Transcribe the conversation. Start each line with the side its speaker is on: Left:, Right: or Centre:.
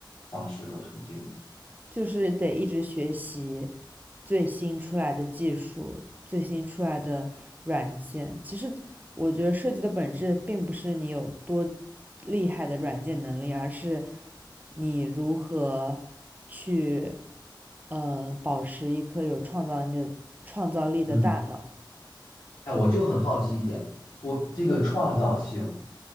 Left: 方式和途径呢？
Right: 就是得一直学习最新出来的技术、最新出来的软件。其实我觉得设计的本质并不是你有多厉害的软件能力，而是你如何去呃保持一颗有创造力的创造力的大脑。
Left: 嗯。哎，我就很好奇一点，我这个创造性。